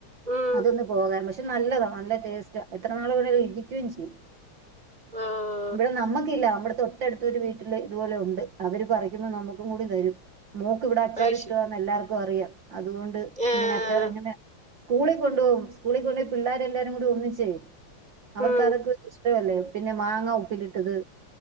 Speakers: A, on the right; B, on the right.
A: ഉം
B: അതൊന്ന് പോകാൻ പക്ഷെ നല്ലതാ നല്ല ടേസ്റ്റ്. എത്ര നാള് വേണേൽ ഇരിക്കും ചെയ്യും
A: ആഹ്
B: ഇവിടെ നമ്മക്കില്ല ഇവിടെ തൊട്ടടുത്തൊരു വീട്ടില് ഇതുപോലെ ഉണ്ട് അവര് പറിക്കുമ്പം നമ്മക്കും കൂടി തരും മോക്ക് ഇവിടെ അച്ചാറ്
A: അയ്ശെ
B: ഇഷ്ടവാന്ന് എല്ലാർ ക്കു അറിയാ അതുകൊണ്ട്
A: ഏഹ്
B: ഇങ്ങനെ അച്ചാറിങ്ങനെ സ്കൂളിൽ കൊണ്ട്പോവും സ്കൂളിൽ കൊണ്ട്പോയി പിള്ളേരെ എല്ലാരും കൂടി ഒന്നിച്ചേ അവർക്ക്
A: ഉം
B: അതൊക്കെ ഒരു ഇഷ്ടവല്ലേ പിന്നെ മാങ്ങ ഉപ്പിലിട്ടത്